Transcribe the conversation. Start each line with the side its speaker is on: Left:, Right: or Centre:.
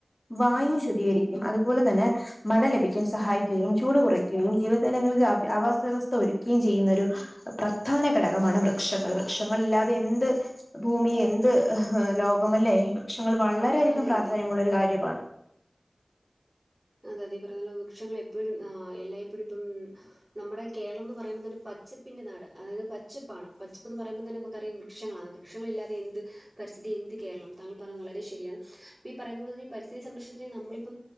Left: വായു ശുധീകരിക്കും അതുപോലെ തന്നെ മഴ ലഭിക്കാൻ സഹായിക്കുകയും, ചൂട് കൊറയ്ക്കുകയും, ജീവജാലങ്ങൾക്ക് ആവ ആവാസ വ്യവസ്ഥ ഒരുക്കുകയും ചെയ്യുന്ന ഒരു പ്രധാന ഘടകമാണ് വൃക്ഷങ്ങൾ വൃക്ഷങ്ങളില്ലാതെ എന്ത് ഭൂമി എന്ത് ലോകം അല്ലേ? വൃക്ഷങ്ങൾ വളരെയധികം
Right: അതെ
Left: പ്രാധാന്യമുള്ള
Right: അതെ
Left: ഒരു കാര്യമാണ്
Right: അതെ അതെ ഈ പറയുന്ന പോലെ വൃക്ഷങ്ങൾ എപ്പഴും ആഹ് എല്ലായിപ്പോഴും ഇപ്പം നമ്മടെ കേരളം എന്ന് പറയുമ്പോ തന്നെ പച്ചപ്പിന്റെ നാട് അതായത് പച്ചപ്പാണ് പച്ചപ്പ്ന്ന് പറയുമ്പോ തന്നെ നമുക്കറിയാം വൃ വൃക്ഷങ്ങളാണ് വൃക്ഷങ്ങളില്ലാതെ എന്ത് പരിസ്ഥിതി എന്ത് കേരളം താങ്കൾ പറയുന്നത് വളരെ ശരിയാണ് ഇപ്പം ഈ പറയുന്നത് ഈ പരിസ്ഥിതി സംരക്ഷണത്തിന് നമ്മളിപ്പം